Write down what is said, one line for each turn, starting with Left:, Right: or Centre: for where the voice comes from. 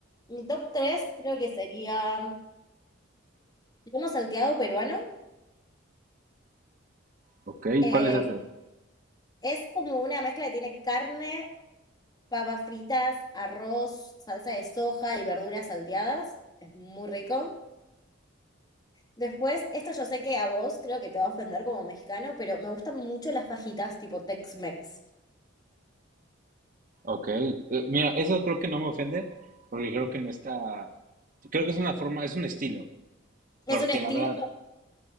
Left: mi top 3 creo que sería lomo salteado peruano.
Right: ok,
Left: Eh,
Right: ¿cuál es ese?
Left: es como una mezcla que tiene carne, papas fritas, arroz, salsa de soja y verduras salteadas. Es muy rico. Después, esto yo sé que a vos creo que te va a ofender como mexicano, pero me gustan mucho las fajitas tipo Tex-Mex.
Right: Ok, eh, mira, eso creo que no me ofende porque creo que no está, creo que es una forma, es un estilo,
Left: Es
Right: porque
Left: un estilo,
Right: la verdad